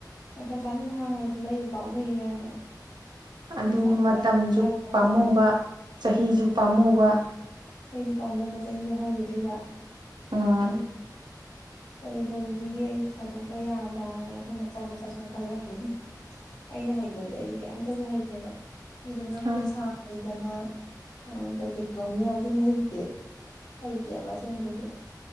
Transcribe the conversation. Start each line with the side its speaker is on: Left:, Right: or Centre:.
Left: ꯃꯇꯝ ꯆꯥꯅ ꯁꯨꯝ ꯍꯥꯡꯉꯒꯁꯨ ꯂꯩꯕ ꯄꯥꯛ ꯃꯨꯏꯕ ꯌꯥꯝꯅ ꯑꯗꯨ
Right: ꯑꯗꯨꯅꯤ
Left: ꯏꯁꯥꯁꯨ
Right: ꯃꯇꯝꯁꯨ
Left: ꯂꯩꯕꯁꯨ ꯌꯥꯔꯣꯏ
Right: ꯄꯥꯝꯃꯨꯧꯕ ꯆꯍꯤꯁꯨ ꯄꯥꯝꯃꯨꯧꯕ
Left: ꯆꯍꯤꯁ ꯄꯥꯝꯃꯨꯝꯕ ꯆꯍꯤꯁꯨ ꯍꯧꯈꯤꯗꯣꯏꯕ
Right: ꯑꯥ
Left: ꯑꯗꯨ ꯀꯩꯗꯧꯁꯤꯒꯦ ꯑꯩꯁ ꯄꯩꯁꯥ ꯊꯣꯛꯄ ꯌꯥꯕꯅ ꯋꯥꯈꯜ ꯃꯆꯥ ꯃꯆꯥ ꯁꯨꯝ ꯈꯜꯂꯃꯤꯅꯤ ꯑꯩꯅ ꯍꯩꯕꯁꯦ ꯑꯩꯁꯦ ꯀꯩꯝꯇꯁꯨ ꯍꯩꯇꯦꯕ ꯃꯤꯗꯨꯝꯅ ꯈꯨꯠ
Right: ꯎꯝ
Left: ꯁꯥ ꯍꯩꯗꯅ ꯀꯩ ꯀꯩ ꯇꯧꯅꯤ ꯍꯥꯏꯕ ꯍꯩꯇꯦ ꯍꯩꯇꯦꯕꯁꯦꯡꯕꯩꯁꯨ